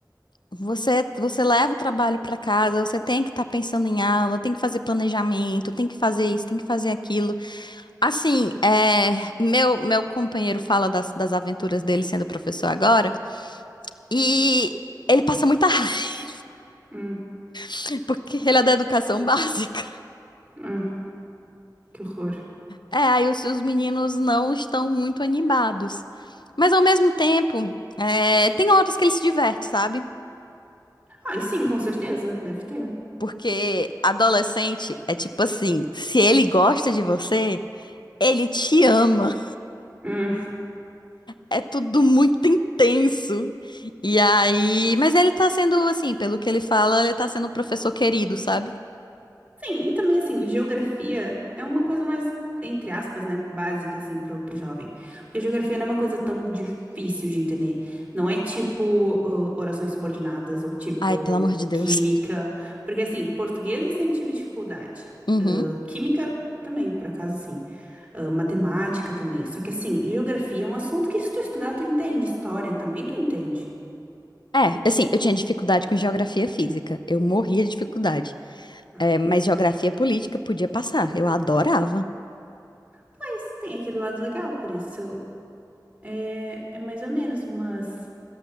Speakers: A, on the left (about 85°); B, on the right (about 15°).
A: Você, você leva o trabalho para casa, você tem que estar pensando em aula, tem que fazer planejamento, tem que fazer isso, tem que fazer aquilo. Assim, é, meu, meu companheiro fala das, das aventuras dele sendo professor agora, e ele passa muita raiva,
B: Hum,
A: <laughs> porque ele é da educação básica.
B: hum, que horror.
A: É, aí os, os meninos não estão muito animados. Mas ao mesmo tempo, é, tem horas que ele se diverte, sabe?
B: Ah, e sim, com certeza, deve ter.
A: Porque adolescente é tipo assim, se ele gosta de você, ele te ama.
B: Hum.
A: É tudo muito intenso. E aí, mas ele tá sendo assim, pelo que ele fala, ele tá sendo um professor querido, sabe?
B: Sim, e também assim, geografia é uma coisa mais, entre aspas, né, básica assim pro, pro jovem. Porque geografia não é uma coisa tão difícil de entender. Não é tipo uh, orações subordinadas ou tipo
A: Ai, pelo amor de Deus.
B: química. Porque assim, português eu sempre tive dificuldade.
A: Uhum.
B: Uh, química também, por acaso sim. Uh, matemática também. Só que assim, geografia é um assunto que se tu estudar, tu entende. História também tu entende.
A: É, assim, eu tinha dificuldade com geografia física. Eu morria de dificuldade.
B: Ah,
A: É, mas geografia política podia passar. Eu adorava.
B: Pois tem aquele lado legal, por isso é, é mais ou menos, mas.